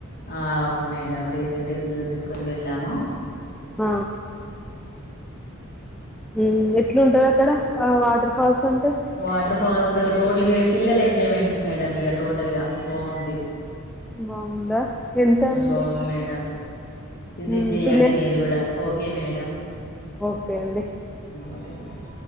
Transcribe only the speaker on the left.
ఆ అవును మేడం రీసెంట్ గా పిల్లని తీసుకొని వెళ్ళాము
వాటర్ ఫాల్స్ టోటల్ గా పిల్లల ఎంజాయ్మెంట్స్ మేడం ఇక టోటల్ గా బాగుంది
బాగుంది మేడం విజిట్
జేయండి
మీరు కూడా ఓకే మేడం
ఓకే మేడం